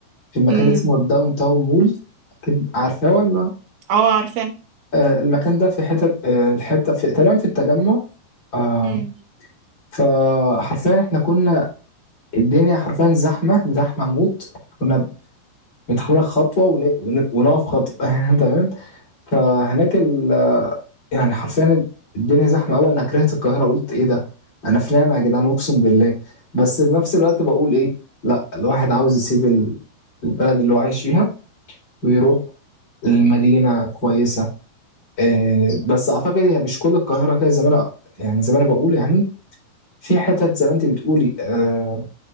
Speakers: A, on the left; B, on the right.
A: في مكان
B: مم.
A: اسمه الداون تاون مول اكيد عارفاه ولا
B: اه عارفة
A: آه المكان ده في حتت آه الحته في تقريبا في التجمع آه،
B: مم.
A: فحرفيا احنا كنا الدنيا حرفيا زحمه زحمه موت احنا كنا بنتحرك خطوه ون... ون... ونقف خطوه <laughs> تمام فهناك ال... يعني حرفيا الدنيا زحمه قوي انا كرهت القاهره قلت ايه ده انا في نعمه يا جدعان اقسم بالله بس في نفس الوقت بقول ايه لا الواحد عاوز يسيب ال- البلد اللي هو عايش فيها ويروح المدينة كويسة آه، بس أعتقد هي مش كل القاهرة كده زي ما أنا يعني زي ما أنا بقول يعني في حتت زي ما أنت بتقولي آه،